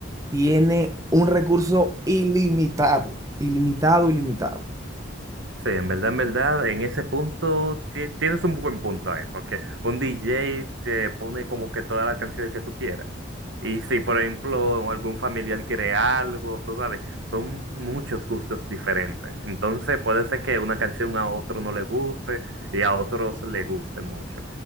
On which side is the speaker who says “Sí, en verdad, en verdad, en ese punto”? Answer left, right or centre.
Right